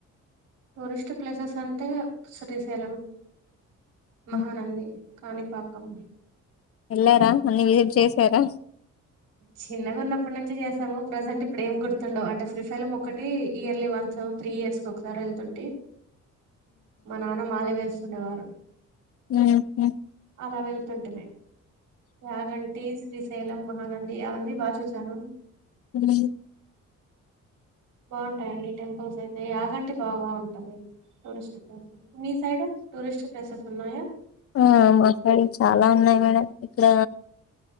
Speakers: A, on the right (about 85°); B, on the left (about 50°).
A: టూరిస్ట్ ప్లేసెస్ అంటే శ్రీశైలం మహానంది
B: ఉమ్,
A: కాణిపాకం
B: వెళ్ళారా అన్ని విజిట్ చేశారా
A: చిన్నగున్నం ఇప్పటి నుంచి చేసాము ప్రజెంట్ ఇప్పుడు ఏం గుర్తుండో అంటే శ్రీ శైలం ఒక్కటి ఇయర్లీ వన్స్ త్రీ ఇయర్స్ ఒకసారి వెళ్తుంటే మా నాన్న మాల వేస్తుండేవారు
B: హు హామ్
A: అలా వెళ్తుంటిమే యాగంటి శ్రీశైలం మహానగ ది అవన్నీ బాగా చూశాను
B: ఉం
A: బాగుంటాయిండి టెంపుల్స్ అయితే యాగంటి బాగా ఉంటుంది టూరిస్ట్ ప్లేసెస్ మీ సైడ్ టూరిస్ట్ ప్లేసెస్ ఉన్నాయా
B: ఆ మా సైడ్ చాలా ఉన్నాయి మేడం ఇక్కడ